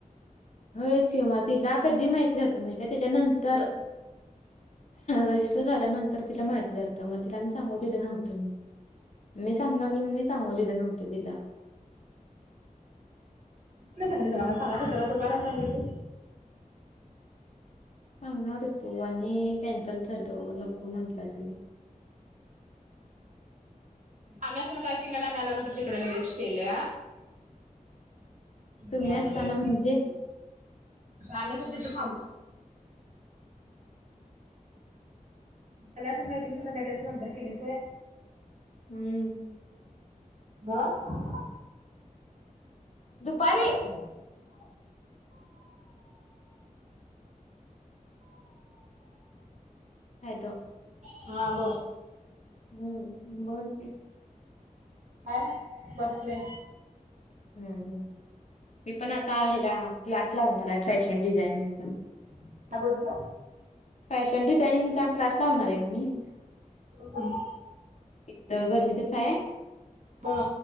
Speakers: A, on the left; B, on the right.
A: होयच की मग तिला कधी माहिती झालतं माहिती आहे. त्याच्यानंतर रजिस्टर झाल्यानंतर तिला माहिती झालत मग तिला आम्ही सांगू दिलं नव्हतं म. मी सांगणार म्हणून मी सांगू दिलं नव्हतं तिला.
B: कु नाही सांगितलं स मला सांगायच हो तु का सांगितले.
A: सांगणार होतो आणि कॅन्सल झाल नको म्हटला तो.
B: आम्ही असताना काय केलं नाही. आम्ही आल्या नंतर तिकडे लगेलच केले.
A: तुम्ही
B: ्यावाणी
A: असताना
B: काय?
A: म्हणजे
B: आम्ही कुठे तिथ थांबू. मी असण काही तु लगेच नंतर केलीच होय.
A: हम्म.
B: हा.
A: दुपारी.
B: <unintelligible>
A: हदो
B: थाम
A: हम्म बोल की?
B: काय नाही बसले.
A: हम्म हम्म. मी पण आता हेला क्लास लावणार आहे फॅशन डिझायनिंगला.
B: <unintelligible>
A: फॅशन डिझायनिंगचा क्लास लावणार आहे गं मी.
B: हम्.
A: इथ गल्लीतच आहे.
B: हा